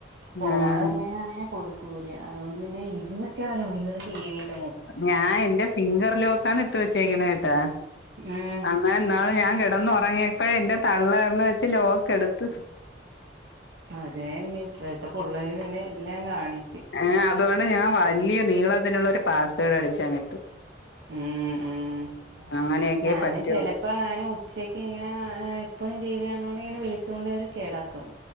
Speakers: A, on the right; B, on the left.
A: ഫോണ്
B: ഉം
A: പിന്നെ ഞാന് അങ്ങനെ കൊടു ക്കൂല അതുകൊണ്ട് പിന്നെ ഇരുപത്തിനാല് മണിക്കൂറും ടി വി ടെ മു
B: ഞാൻ എന്റെ ഫിംഗർ ലോക്കാണ് ഇട്ട് വെച്ചേക്കണെട്ടാ
A: ആഹ്
B: അങ്ങനെ ഇന്നാള് ഞാൻ കിടന്നുറങ്ങിയപ്പഴേ എന്റെ തള്ളവിരല് വെച്ച് ലോക്ക് എടുത്ത്
A: അതെന്നെ ഇപ്പഴത്തെ പുള്ളേര് പിന്നെ എല്ലാം കാണിക്കും
B: ഏഹ് അതുകൊണ്ട് ഞാൻ വല്യ നീളത്തിനുള്ളൊരു പാസ്സ്‌വേർഡ്‌ അടിച്ചങ്ങിട്ടു
A: ഉം ഉം
B: അങ്ങനെയൊക്കെ
A: ഞാനും
B: പറ്റുള്ളൂ
A: ചില പ്പ അങ്ങനെ ഉച്ചയ്ക്ക് ഇങ്ങനെ എപ്പഴും ടീവി കാണണോണ്ട് ഇങ്ങനെ വിളിച്ചോണ്ട് കേറി കെടക്കും